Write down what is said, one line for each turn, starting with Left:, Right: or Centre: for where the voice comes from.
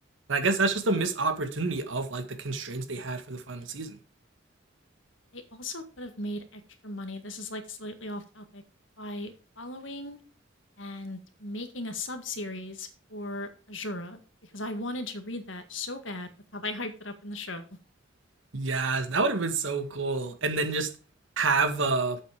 Right: And I guess that's just a missed opportunity of like the constraints they had for the final season.
Left: They also could have made extra money. This is like slightly off topic by following and making a sub series for Azura because I wanted to read that so bad with how they hyped it up in the show.
Right: Yes, that would have been so cool. And then just have uh